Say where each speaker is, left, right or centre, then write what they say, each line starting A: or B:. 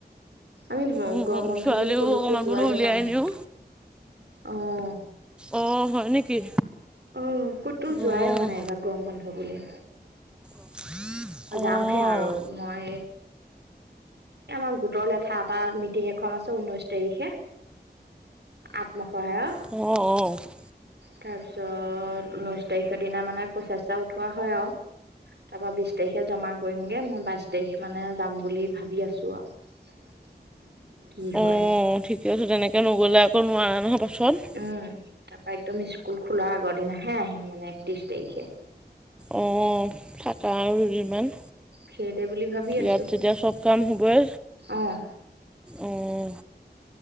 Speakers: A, on the right; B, in the centre.
A: আমি
B: উম,
A: গৰম
B: উম,
A: বন্ধ
B: ছোৱালীও
A: বুলি ক'লৈকো
B: অকণমান
A: যোৱাই
B: বোলো উলিয়াই
A: হোৱা নাই।
B: নিও।
A: অ',
B: অ', হয় নেকি?
A: অ'ক'তো
B: অ',
A: যোৱাই হোৱা নাই ব গৰম বন্ধ বুলি।
B: <inaudible>
A: যামহে
B: অ',
A: আৰু। মই আমাৰ গোটৰ লেঠা এটা মিটিং এখন আছো ঊনৈশ তাৰিখে আত্মসহায়।
B: অ', অ'।
A: তাৰ পিছত ঊনৈছ তাৰিখৰ দিনা মানে পইচা চৈচা টা উঠোৱা হয় আৰু তাৰ পৰা বিশ তাৰিখে জমা কৰিমগে মই বাইশ তাৰিখ মানে যাম বুলি ভাবি আছো আৰু কি
B: অ',
A: হয়
B: ঠিকে আছে তেনেকৈ নগ'লে আকৌ নোৱাৰাৰে নহয় পাছত।
A: উম, তাৰ পৰা একদম স্কুল খোলা আগৰ দিনাহে আহিম মানে একত্ৰিশ তাৰিখে।
B: অ', থাকা আৰু দুদিনমান।
A: সেই দে বুলি ভাবি আছোঁ,
B: ইয়াত যেতিয়া চব কাম হ'বই
A: অ'।
B: অঁ